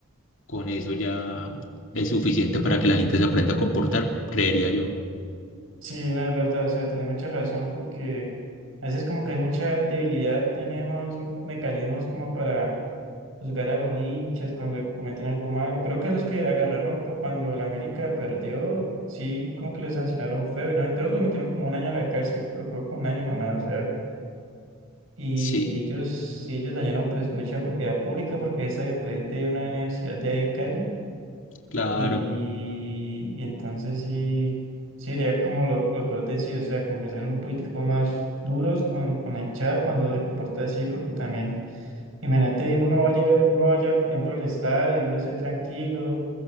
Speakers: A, on the left (about 65°); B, on the right (about 75°).
A: Con eso ya es suficiente para que la gente se aprenda a comportar, creería yo.
B: Sí, no, es verdad, o sea, tenés mucha razón porque a veces como que hay mucha debilidad en esos mecanismos como para juzgar a los hinchas cuando cometen algo malo. Creo que los que agarraron pa- cuando la América perdió, sí, como que les sancionaron feo y no, sé, creo que lo metieron como un año a la cárcel, pero creo que un año nomás, o sea. y
A: Sí,
B: ellos, si ellos dañaron pues mucha propiedad pública porque esa yo pues es de una universidad de Cali
A: claro.
B: y, y entonces sí, sí sería como lo, lo que vos decís, o sea, como que ser un político más duros con, con la hinchada cuando se comporta así porque también, imagínate, uno vaya, uno vaya, por ejemplo, al estadio y uno esté tranquilo